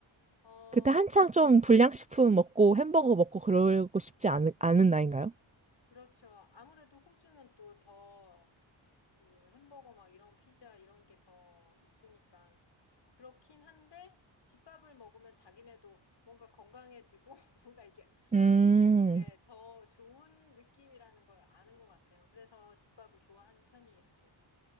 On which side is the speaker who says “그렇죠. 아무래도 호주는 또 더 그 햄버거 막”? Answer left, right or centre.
Left